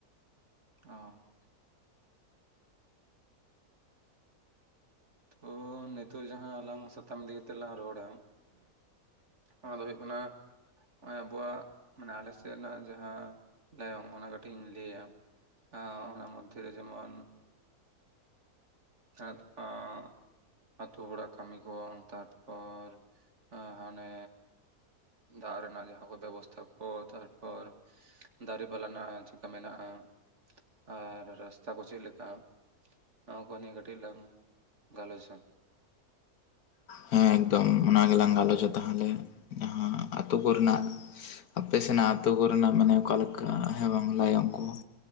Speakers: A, on the right (about 45°); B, on the left (about 70°).
A: ᱚᱸ ᱛᱚ ᱱᱤᱛᱚᱜ ᱡᱟᱦᱟᱸ ᱟᱞᱟᱝ ᱥᱟᱛᱟᱢ ᱤᱫᱤ ᱠᱟᱛᱮᱜ ᱞᱟᱝ ᱨᱚᱲᱟ᱾ ᱚᱱᱟ ᱫᱚ ᱦᱩᱭᱩᱜ ᱠᱟᱱᱟ ᱱᱚᱜ-ᱚᱭ ᱟᱵᱚᱣᱟᱜ ᱢᱟᱱᱮ ᱟᱞᱮᱥᱮᱫ ᱨᱮᱱᱟᱜ ᱡᱟᱦᱟᱸ ᱞᱟᱭᱚᱝ ᱚᱱᱟ ᱠᱟᱹᱴᱤᱡ ᱤᱧ ᱞᱟᱹᱭᱟ᱾ ᱟᱸ ᱚᱱᱟ ᱢᱚᱫᱽᱫᱷᱮ ᱨᱮ ᱡᱮᱢᱚᱱ ᱥᱟᱛ ᱴᱟᱸᱜ ᱟᱹᱛᱳ ᱦᱚᱲᱟᱜ ᱠᱟᱹᱢᱤ ᱠᱚ ᱛᱟᱨᱯᱚᱨ ᱦᱟᱸ ᱦᱟᱱᱮ ᱫᱟᱜ ᱨᱮᱱᱟᱜ ᱡᱟᱦᱟᱸ ᱠᱚ ᱵᱮᱵᱚᱥᱛᱷᱟ ᱠᱚ ᱛᱟᱨᱯᱚᱨ ᱫᱟᱨᱮ ᱵᱟᱞᱟᱱᱟ ᱪᱮᱠᱟ ᱢᱮᱱᱟᱜᱼᱟ ᱟᱨ ᱨᱟᱥᱛᱟ ᱠᱚ ᱪᱮᱫ ᱞᱮᱠᱟ? ᱱᱚᱣᱟ ᱠᱚ ᱱᱤᱭᱟᱹ ᱠᱟᱹᱴᱤᱡ ᱞᱟᱝ ᱜᱟᱞᱚᱪᱟ ᱾
B: ᱦᱮᱸ ᱮᱠᱫᱚᱢ ᱚᱱᱟᱜᱮ ᱞᱟᱝ ᱜᱟᱞᱚᱪᱟ ᱛᱟᱦᱚᱞᱮ ᱡᱟᱦᱟᱸ ᱟᱛᱳ ᱠᱚᱨᱮᱱᱟᱜ ᱟᱯᱮ ᱥᱮᱱᱟᱜ ᱟᱹᱛᱩ ᱠᱚᱨᱮᱱᱟᱜ ᱢᱟᱱᱮ ᱚᱠᱟ ᱞᱮᱠᱟ ᱦᱮᱸ ᱵᱟᱝ ᱞᱟᱭᱚᱝ ᱠᱚ